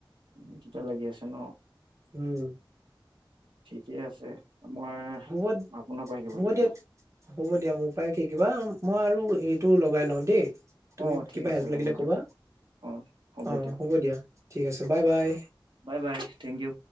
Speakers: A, on the right (about 70°); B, on the right (about 35°).
A: এইতোতে লাগি আছে ন।
B: উম,
A: ঠিকেই আছে। মই
B: হ'ব-হ'ব
A: আপোনাৰ পৰা শিকিব লাগিব
B: দিয়া, হ'ব দিয়া মোৰ পৰা শিকিবা। মই আৰু এইটো লগাই লওঁ দেই। তুমি
A: অ ঠিক
B: কিবা
A: আছে
B: হেল্প লাগিলে
A: হ'ব
B: ক'বা
A: দিয়ক অ
B: অ'
A: দিয়ক
B: হ'ব দিয়া ঠিক আছে bye bye
A: bye bye thank you